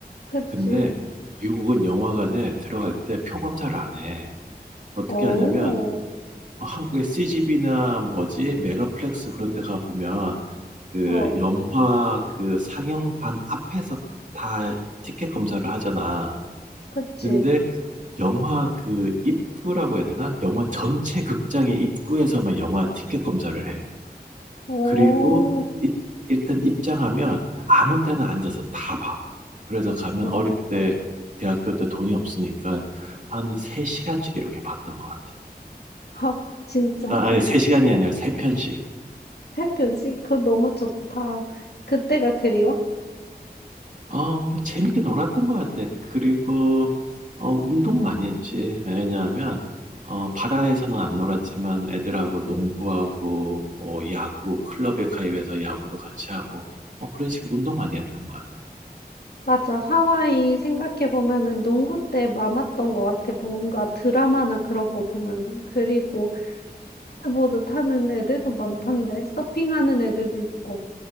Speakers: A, on the left (about 80°); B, on the right (about 50°).
A: 그치.
B: 근데 미국은 영화관에 들어갈 때 표 검사를 안 해. 어떻게
A: 어,
B: 하냐면 어 한국의 CGV나 뭐지 메가플렉스 그런 데 가보면 그
A: 어,
B: 영화 그 상영관 앞에서 다 티켓 검사를 하잖아.
A: 그치.
B: 근데 영화 그 입구라고 해야 되나? 영화 전체 극장의 입구에서만 영화 티켓 검사를 해.
A: 어,
B: 그리고 이- 일단 입장하면 아무 때나 앉아서 다 봐. 그래서 가면
A: 어,
B: 어릴 때 대학교 때 돈이 없으니까 한 3시간씩 이렇게 봤던 것 같아.
A: 하, 진짜.
B: 아, 아니 3시간이 아니라 3편씩.
A: 해변씨, 그거 너무 좋다. 그때가 그리워?
B: 어, 뭐, 재밌게 놀았던 것 같아. 그리고, 어, 운동 많이 했지. 왜냐하면, 어, 바다에서는 안 놀았지만 애들하고 농구하고, 뭐, 야구, 클럽에 가입해서 야구도 같이 하고, 뭐, 그런 식으로 운동 많이 했던 것 같아.
A: 맞아. 하와이 생각해보면은 농구 때 많았던 것 같아. 뭔가 드라마나 그런 거 보면은. 그리고 스케보드 타는 애들도 많던데. 서핑하는 애들도 있고.